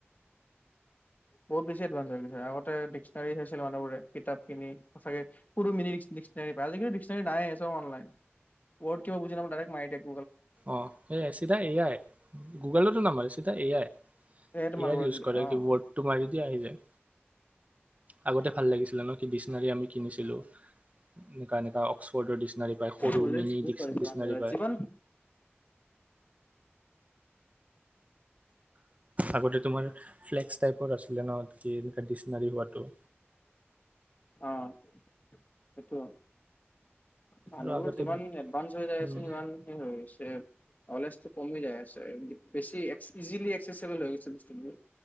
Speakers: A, on the left; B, on the right.
A: বহুত বেছি এড ভানঞ্চ হৈ গৈছে আগতে ডিক্স নাৰী চাইছিল মানুহবোৰে কিতাপ যিখিনি সঁচা কে সৰু মিনি ডিক্সনাৰী বাঁল সিখিনি নাইয়ে চব অনলাইন ৱৰ্ড কিবা বুজি নাপালে দাইৰেক মাৰি দিয়ে
B: অ' সেইয়া চিধা এয়াই গুগলতো নামাৰিছে এটা এয়াই
A: সেয়ে তোমাৰ
B: ইয়াৰ ইউজ কৰে
A: অ
B: কি বৰ্ডটো মাৰি দিয়া আহি যায় আগতে ভাল লাগিছিলে ন কি ডিক্সনাৰী আমি কিনিছিলো এনেকা এনেকা অক্স'ফৰ্ডৰ ডিক্সনাৰী পায় সৰু
A: নলেজ
B: মিনি
A: বহুত
B: ডিস ডিক্সনাৰী পায়।
A: যিমান
B: আগতে তোমাৰ ফ্লেক্স টাইপৰ আছিলে ন। কি এনেকুৱা ডি্চনাৰী হোৱাটো।
A: অ', সেইটো। মানুহবোৰ
B: আৰু আগতে
A: যিমান এডভান্স হৈ যায় আছে
B: উম
A: সিমান সেই হৈছে আছে। ন'লেজটো কমি যায় আছে, দিপ বেছি এক্স ইজিলি চেচিবল হৈ গৈছে বস্তুবোৰ।